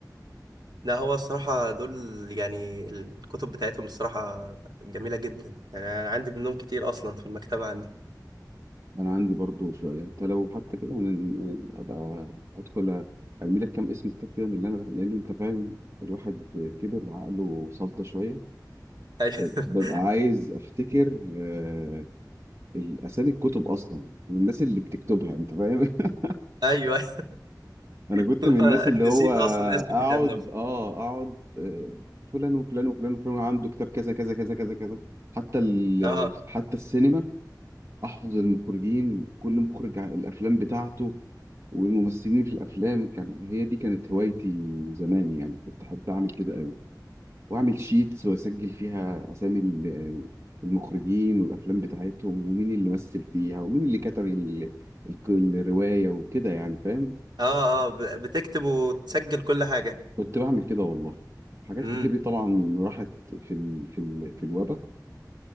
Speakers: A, on the right (about 75°); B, on the right (about 40°).
A: لا هو الصراحه دول يعني الكتب بتاعتهم الصراحه جميله جدا يعني انا عندي منهم كتير اصلا في المكتبه عندي
B: انا عندي برضو سؤال انت لو حتى كده انا ابقى ادخل ارمي لك كام اسم كتاب كده من اللي انا لان انت فاهم الواحد كبر عقله صدى شويه
A: ايوه
B: ب-
A: <laughs>
B: ببقى عايز افتكر آه، الاسامي الكتب اصلا من الناس اللي بتكتبها انت فاهم <laughs>
A: ايوه
B: انا
A: <laughs>
B: كنت
A: لا،
B: من الناس اللي هو
A: نسيت اصلا اسم
B: اقعد
A: الكتاب نفسه
B: اه اقعد آه، فلان وفلان وفلان وفلان عنده كتاب كذا كذا كذا كذا كذا حتى ال...
A: اه
B: حتى السينما احفظ المخرجين كل مخرج ع- الافلام بتاعته والممثلين في الافلام كان هي دي كانت هوايتي زمان يعني كنت احب اعمل كده قوي واعمل شيتس واسجل فيها اسامي ال- المخرجين والافلام بتاعتهم ومين اللي مثل فيها ومين اللي كتب ال- الق- الروايه وكده يعني فاهم
A: اه اه ب- بتكتب وتسجل كل حاجه
B: كنت بعمل كده والله حاجات
A: امم.
B: كتير دي طبعا راحت في ال... في ال... في الوبا